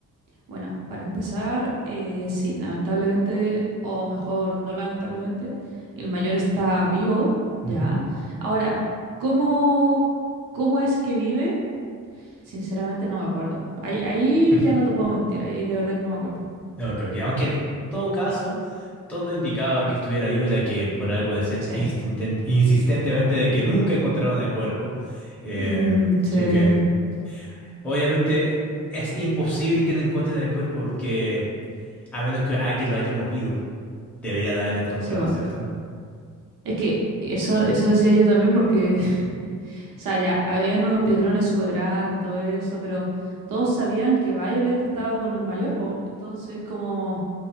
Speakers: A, on the right; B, in the centre.
A: Bueno, para empezar, eh, sí, lamentablemente, o mejor, no lamentablemente, el mayor está vivo, ya.
B: Ujú.
A: Ahora, ¿cómo, cómo es que vive? Sinceramente no me acuerdo. Ahí, ahí
B: <laughs>
A: ya no te puedo mentir, ahí de verdad que no me acuerdo.
B: Ok, ok. Aunque en todo caso, todo indicaba que estuviera vivo, ya que por algo decían
A: Sí,
B: instinten- insistentemente de que nunca encontraron el cuerpo. Em,
A: Mm, se,
B: así que, obviamente, es imposible que no encuentren el cuerpo, porque a menos que alguien lo haya movido, deberían haberlo encontrado,
A: se va.
B: ¿cierto?
A: Es que eso, eso decía yo también porque <laughs> O sea, ya, habían unos piedrones súper grandes y todo eso, pero todos sabían que Violet estaba con el mayor, po. Entonces, como,